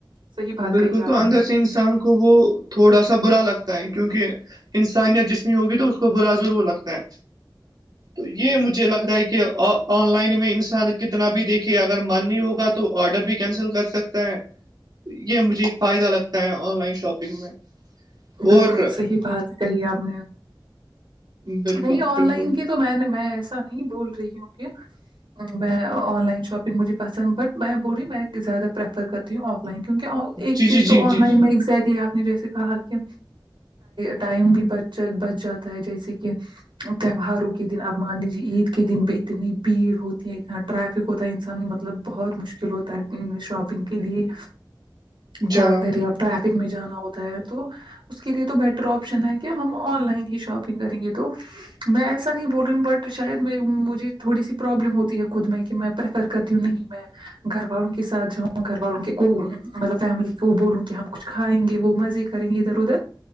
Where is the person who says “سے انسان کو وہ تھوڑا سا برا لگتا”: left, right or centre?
Right